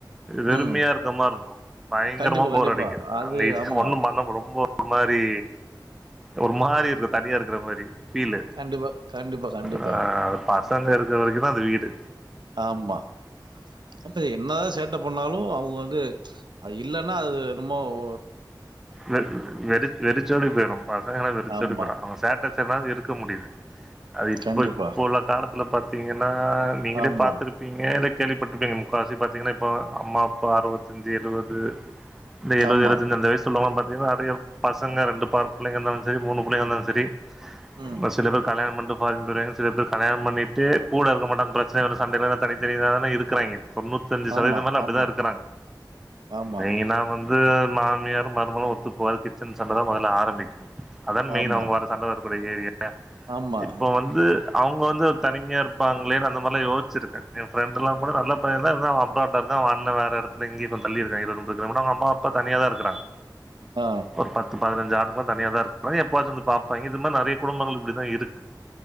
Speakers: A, in the centre; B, on the right (about 75°).
A: வெறுமையா
B: ம்.
A: இருக்க மாருக்கு பயங்கரமா
B: கண்டிப்பா,
A: போர்
B: கண்டிப்பா.
A: அடிக்கு
B: அது
A: அங்க இ
B: ஆமா.
A: ஒன்னும் பண்ண வுடும் ஒரு மாரி ஒரு மாரி இருக்கு தனியா இருக்குற மாரி ஃபீலு
B: கண்டிப்பா, கண்டிப்பா, கண்டிப்பா.
A: ஆ பசங்க இருக்குற வரைக்கு தா அது வீடு
B: ஆமா வந்து என்னதா சேட்ட பண்ணாலு அவுங்க வந்து அது இல்லன்னா அது என்னமோ ஓ
A: வெ வெறி வெறிச்சோடி போயிரு பசங்கல்லனா வெறிச்சோடி
B: ஆமா.
A: போயிரு அவுங்க சேட் டசனால இருக்க முடியுது அது இப்ப
B: கண்டிப்பா.
A: இப்ப உள்ள காலத்துல பாத்தீங்கன்னா நீங்களே
B: ஆமா,
A: பாத்துருப் நீங்க இல்ல கேள்விப்பட்ருப்பீங்க முக்காவாசி பாத்தீங்கன்னா இப்போ அம்மா அப்பா அறுவத்தஞ்சு எழுவது இந்த எழுவது
B: ஆமா.
A: எழுவத்தஞ்சு அந்த வயசுல்லுவங்கலா பாத்தீங்கன்னா நெறையா பசங்க ரெண்டு பார் புள்ளைங்க இருந்தாலு சரி மூனு புள்ளைங்க இருந்தாலு சரி
B: ம்.
A: ஒரு சில பேர் கல்யாணம் பண்ட்டு பாதி போயிர்றாங்க சில பேர் கல்யாணம் பண்ணிட்டு கூட இருக்க மாட்டாங்க பிரச்சன வருது சண்ட வரு தனித்தனியா தான இருக்குறாய்ங்க தொண்ணூத்தஞ்சு சதவீத
B: ஆமா,
A: மேல அப்டிதா
B: ஆமா,
A: இருக்குறாங்க
B: ஆமா.
A: மெய்னா வந்து மாமியா ரு மருமகளு ஒத்துப்போவாது கிச்சன் சண்டதா மொதல்ல ஆரம்பிக்கு அதான மெய்ன்
B: ஆமா,
A: அவுங்க வர சண்ட வரக்கூடிய ஏரியா யா
B: ஆமா.
A: இப்போ வந் து அவுங்க வந்து ஒரு தனிமையா இருப்பாங்களேனு அந்த மாரில்லா யோசிச்சிருக்க ஏ ஃபிரெண்டுலா கூட நல்ல பையன்தா இருந்தாலு அவ அப்ராட்ல இருக்கா அவ அண்ண வேற எடத்துல எங்கியோ கொஞ்ச தள்ளி இருக்காங்க ரொம்ப தூரம் அவுங்க அம்மா அப்பா தனியா தா இருக்குறாங்க
B: ஆ
A: ஒரு பத்து பதினஞ்சு ஆண்டுகளா தனியா தா இருக்காங்க எப்பவாச்சு வந்து பாப்பாங்க இது மாரி நெறைய குடும்பங்கள் இப்டித்தா இருக்கு